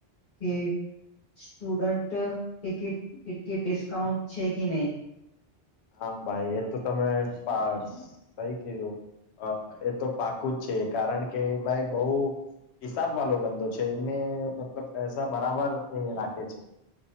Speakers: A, on the left (about 50°); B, on the left (about 80°).
A: કે સ્ટુડન્ટ ટિકિટ ટિકિ ડિસ્કાઉન્ટ છે કે નઈ?
B: હા ભાઈ એ તો તમે સા સહી કેવો અ એ તો પાકું જ છે કારણ કે ભાઈ બહુ હિસાબવાળો બંદો છે એમને મતલબ પૈસા બરાબર એ રાખે છે.